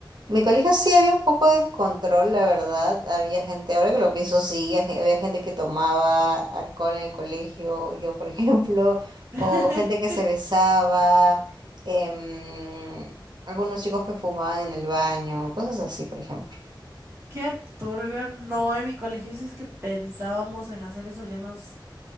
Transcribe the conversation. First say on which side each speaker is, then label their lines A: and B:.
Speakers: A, on the right; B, on the right.
A: mi colegio sí había un poco de descontrol, la verdad. Había gente, ahora que lo pienso, sí, haj- había gente que tomaba alcohol en el colegio, yo por <laughs> ejemplo,
B: <laughs>
A: o gente que se besaba, em, algunos chicos que fumaban en el baño, cosas así, por ejemplo.
B: Qué turbio, no, en mi colegio si es que pensábamos en hacer eso, ya nos,